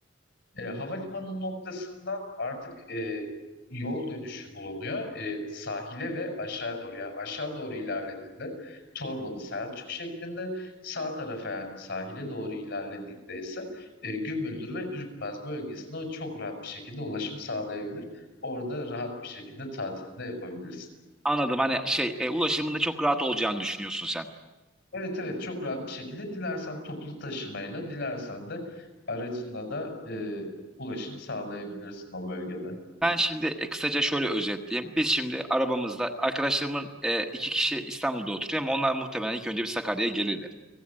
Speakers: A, on the left (about 65°); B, in the centre.
A: E, havalimanı noktasından artık e, yol dönüşü bulunuyor e, sahile ve aşağı doğru. Yani aşağı doğru ilerlediğinde Torbalı Selçuk şeklinde sağ tarafa yani sahile doğru ilerlediğinde ise e, Gümüldür ve Ürkmez bölgesine o çok rahat bir şekilde ulaşım sağlayabilir. Orada rahat bir şekilde tatilini de yapabilirsin.
B: Anladım. Hani şey e, ulaşımında çok rahat olacağını düşünüyorsun sen.
A: Evet evet çok rahat bir şekilde dilersen toplu taşımayla dilersen de aracınla da e, ulaşım sağlayabilirsin o bölgede.
B: Ben şimdi e, kısaca şöyle özetleyeyim. Biz şimdi arabamızda arkadaşlarımın e, iki kişi İstanbul'da oturuyor ama onlar muhtemelen ilk önce bir Sakarya'ya gelirler.